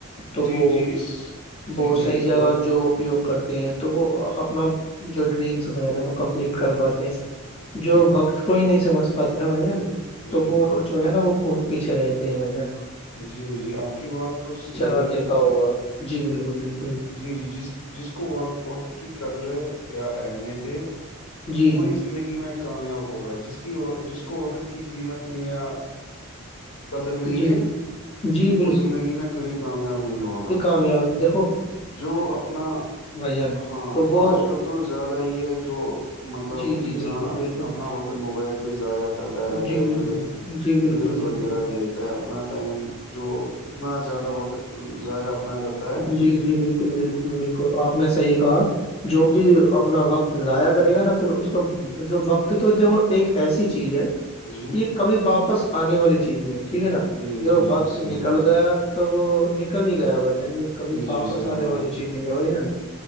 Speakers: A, on the left (about 25°); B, on the left (about 85°).
A: تو
B: جی
A: وہ
B: جی اس جی
A: وہ
B: جی
A: صحی
B: اس
A: جگہ
B: وال
A: جو اپیگ کرتے ہیں تو وہ
B: جی
A: اپنا جو ڈریمس ہو جا وہ کمپلیٹ کر پاتے ہیں
B: جی
A: جو وقت کوئی نہیں سمجھ پاتے نا بھائی جن
B: جی
A: تو وہ جو ہے نا وہ بہت پیچھے رہتے ہیں بھ جن
B: جی جی آپ کی بات تو صحیح
A: ج دیکھا
B: ہے جی
A: ہوگا جی بالکل بالکل
B: جی جی جس جس کو وقت کی قدر یا اہمیتیں
A: جی
B: وہی
A: جی
B: زندگی میں کامیاب ہوگا جس کی جس کو وقت کی قیمت یا قدر نہیں
A: جی
B: ہے
A: جی
B: وہ زندگی میں کبھی کامیاب نہیں ہوگا
A: آپ دیکو
B: جو اپنا
A: جان
B: ہاں
A: تو وہ
B: آج کل تو زیادہ ہی ہے جو مطلب
A: جی جی
B: انسان
A: بالکل
B: اپ
A: بالکل
B: اپنا وقت موبائل پہ ضائع کرتا رہتا
A: جی
B: ہے
A: بالکل
B: جو یہ
A: جی بالکل
B: ریلز
A: بالکل
B: وغیرہ دیکھتا ہے اپنا ٹائم جو اتنا زیادہ وقت ضائع اپنا کرتا ہے
A: جی جی بالکل بالکل بالکل آپ نے صحیح کہا جو بھی
B: جی
A: اپنا وقت ضائع کرے گا نا پھر اس کو جو وقت تو د وہ ایک ایسی چیز ہے
B: جی
A: یہ کبھی واپس آنے والی چیز نہیں ہے ٹھیک ہے نا
B: جی
A: جو
B: جی
A: وقت
B: جی
A: نکل
B: صحیح بات ہے
A: گیا توب وہ نکل ہی گیا ب یعنی کبھی واپس
B: جی صحیح
A: آنے
B: بات
A: والی چیز نہیں ہے بھائی جان